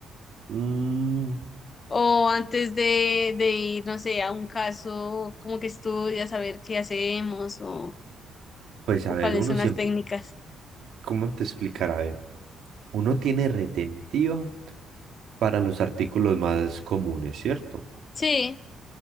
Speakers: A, on the right; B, on the left.
A: Mm,
B: O antes de, de ir, no sé, a un caso, como que estudias a ver qué hacemos o,
A: pues a
B: o
A: ver,
B: cuáles
A: uno
B: son
A: siempre,
B: las técnicas.
A: ¿cómo te explicará? Uno tiene retentiva para los artículos más comunes, ¿cierto?
B: Sí,